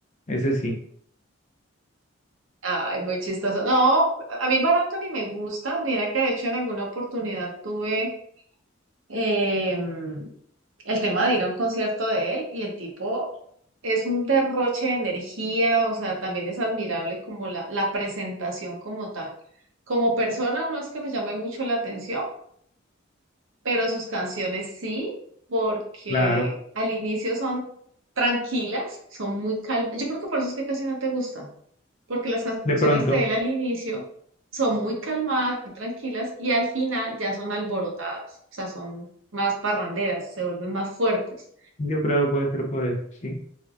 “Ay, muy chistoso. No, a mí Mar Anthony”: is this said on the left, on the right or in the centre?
Right